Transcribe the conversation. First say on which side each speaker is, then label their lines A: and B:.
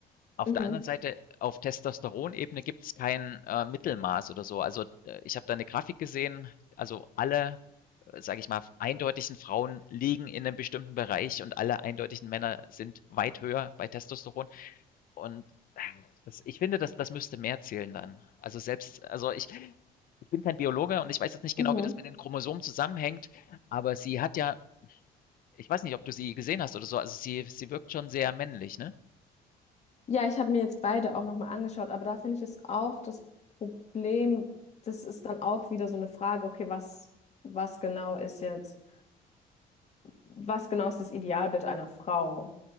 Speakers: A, on the left; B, on the left.
A: Auf
B: Mhm.
A: der anderen Seite, auf Testosteronebene gibt es kein, äh, Mittelmaß oder so. Also, äh, ich habe da eine Grafik gesehen, also alle, äh, sage ich mal, eindeutigen Frauen liegen in einem bestimmten Bereich und alle eindeutigen Männer sind weit höher bei Testosteron. Und äh, das ich finde, das das müsste mehr zählen dann. Also selbst also ich ich bin kein Biologe und ich weiß jetzt nicht genau,
B: Mhm.
A: wie das mit den Chromosomen zusammenhängt, aber sie hat ja ich weiß nicht, ob du sie gesehen hast oder so, also sie sie wirkt schon sehr männlich, ne?
B: Ja, ich habe mir jetzt beide auch nochmal angeschaut, aber da finde ich es auch das Problem, das ist dann auch wieder so eine Frage, okay, was, was genau ist jetzt, was genau ist das Idealbild einer Frau?